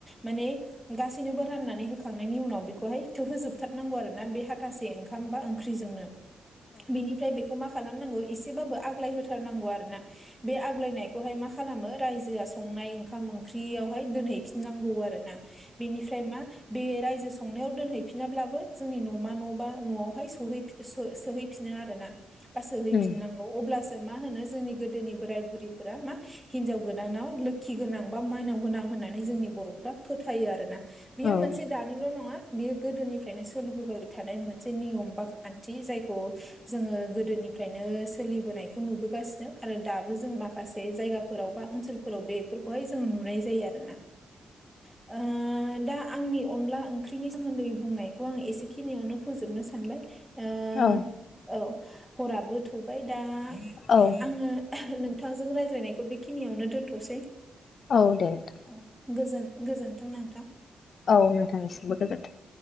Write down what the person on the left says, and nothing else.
उम
औ
औ
औ
औ दे नोंथां
औ नोंथांनिसिमबो गोजोन्थों